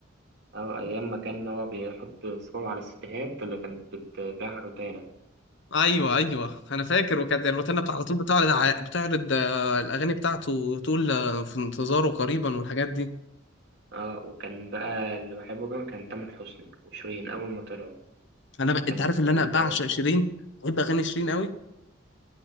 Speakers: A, on the right; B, on the left.
A: أو أيام ما كان هو بيحط صور على الستيهات اللي كانت بتبيعها روتانا
B: ايوه ايوه انا فاكر وكانت الروتانا بتاع على طول بتعرض ع- بتعرض آه، الاغاني بتاعته وتقول آه، في انتظاره قريبا والحاجات دي
A: اه وكان بقى اللي بحبه كمان كان تامر حسني وشيرين أول ما طلعوا
B: انا ب...
A: كان
B: انت عارف اللي
A: كانت
B: انا بعشق
A: أنا
B: شيرين بحب اغاني شيرين قوي